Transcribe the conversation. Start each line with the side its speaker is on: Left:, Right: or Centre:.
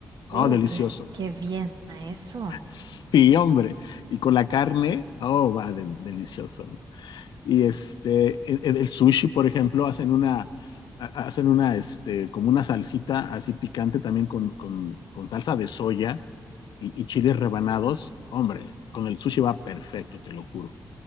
Left: Oh,
Right: Uh,
Left: delicioso.
Right: qué, qué bien suena eso.
Left: Sí, hombre. Y con la carne, oh, va, de- delicioso. Y este, e- e- el, sushi, por ejemplo, hacen una, ha- hacen una, este, como una salsita así picante también con, con, con salsa de soya y, y chiles rebanados. Hombre, con el sushi va perfecto, te lo juro.